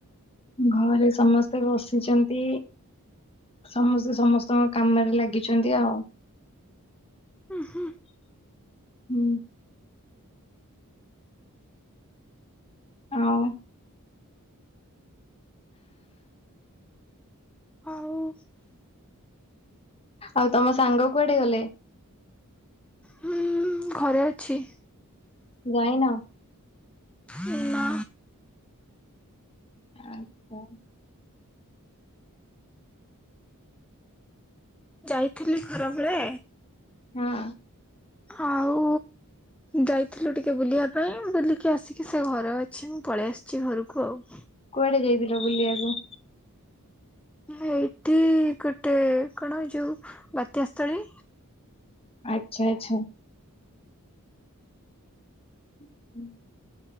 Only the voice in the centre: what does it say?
ଉଁ ହୁଁ।
ଆଉ
ହଁ ଘରେ ଅଛି।
ନା
ଯାଇଥିଲି ଖରାବେଳେ।
ଆଉ ଯାଇଥିଲୁ ଟିକେ ବୁଲିଆ ପାଇଁ ବୁଲିକି ଆସିକି ସେ ଘରେ ଅଛି ମୁଁ ପଳେଇ ଆସିଛି ଘରକୁ ଆଉ।
ହେ ଏଇଠି ଗୋଟେ କଣ ଏ ଯୋଉ ବାତ୍ୟା ସ୍ଥଳୀ